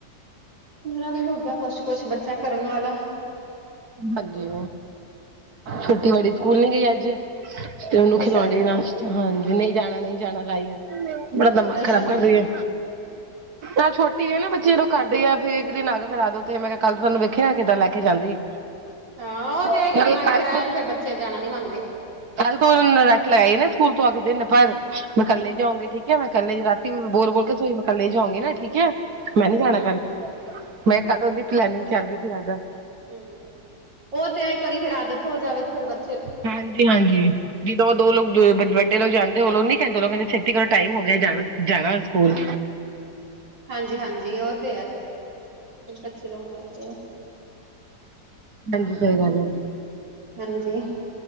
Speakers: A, on the right; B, on the right.
A: ਪੁਰਾ ਵੀ ਹੋ ਗਿਆ ਕੁਛ-ਕੁਛ ਬੱਚਾ ਕਰਨ ਵਾਲਾ।
B: ਹਾਂਜੀ, ਛੁਟੀ ਬੜੀ ਸਕੂਲ
A: ਉਹ ਇੱਕ
B: ਨੀ ਗਈ
A: ਦਿਨ
B: ਅੱਜ। ਤੇ ਉਹਨੂੰ
A: ਅੱਛਾ
B: ਖਿਲੋ ਦੀ ਨਾਸਤਾ, ਹਾਂਜੀ, ਨਈ ਜਾਣਾ ਨਈ। ਜਾਣਾ ਲਾਈ ਆ, ਬੜਾ ਦਿਮਾਗ
A: ਅੱਛਾ
B: ਖ਼ਰਾਬ
A: ਹੂੰ
B: ਕਰ ਰਈ ਐ, ਐ ਛੋਟੀ ਏ ਨਾ ਬੱਚੇ ਰ ਕਰਦੀ ਆ ਫੇਰ ਇੱਕ ਦਿਨ ਅੱਗ ਖਲਾ ਦੋ ਤੇ ਮੈਂ ਕਿਆ ਕੱਲ ਤੁਆਨੂੰ ਵੇਖੀ ਨਾ ਕਿੱਦਾਂ ਲੈ ਕੇ ਜਾਂਦੀ।
A: ਹਾਂ ਉਹ
B: <unintelligible>
A: ਤੇ ਇੱਕ ਦਿਨ ਆ ਕੇ
B: ਕੱਲ
A: ਕਰਾਇਆ ਤੇ ਫੇਰ ਬੱਚੇ ਜਾਣਾ ਨੀ ਮੰਗਦੇ
B: ਤ ਉਹ ਨਾਲ ਰੱਟ ਲਾਈ ਈ ਨਾ ਸਕੂਲ ਤੋਂ ਆ ਕੇ ਦਿਨ ਪਰ ਮੈਂ ਕੱਲ ਜਾਉਂਗੀ ਠੀਕ ਐ, ਮੈਂ ਕੱਲ ਨਈ ਰਾਤੀ ਵੀ ਬੋਲ-ਬੋਲ ਕੇ ਸੋਈ ਮੈਂ ਕੱਲ ਨੀ ਜਾਊਂਗੀ ਨਾ, ਠੀਕ ਐ, ਮੈਂ ਨੀ ਜਾਣਾ
A: ਹੂੰ
B: ਕੱਲ। ਮੈਂ ਕਦੋੱਦੀ ਪਲੈਨਿੰਗ ਚੱਲ ਰਈ ਸੀ <unintelligible>
A: ਹੂੰ, ਉਹ ਤੇ ਐ ਇੱਕ ਵਾਰੀ ਫੇਰ ਆਦਤ ਹੋ ਜਾਵੇ ਤੇ ਫੇਰ ਬ
B: ਹਾਂਜੀ-ਹਾਂਜੀ। ਜਦੋਂ ਦੋ ਲੋਕ ਵੱਡੇ ਲੋਕ ਜਾਂਦੇ ਉ ਨੀ ਕਹਿੰਦੇੋਂ ਕਹਿੰਦੇ ਛੇਤੀ ਕਰੋ ਟਾਈਮ ਹੋ ਗਿਆ ਜਾਣਾ ਸਕੂਲ
A: ਹਾਂਜੀ-ਹਾਂਜੀ, ਉਹ ਤੇ ਐ, ਕੱਚੇ ਲੋਕ ਕਰਦੇ ਆ।
B: ਹਾਂਜੀ, ਸਹੀ ਗੱਲ ਹੈ।
A: ਹਾਂਜੀ